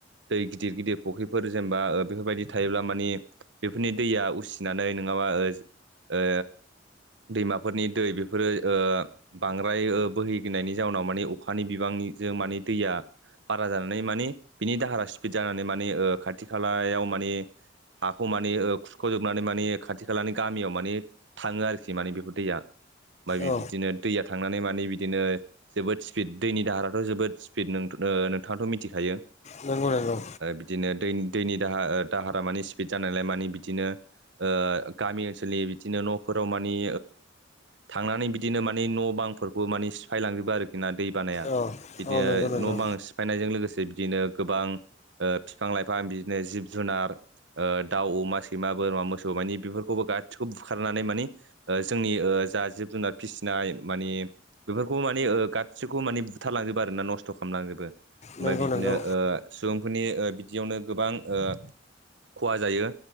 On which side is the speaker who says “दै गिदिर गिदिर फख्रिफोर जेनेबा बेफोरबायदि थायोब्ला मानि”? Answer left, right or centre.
Right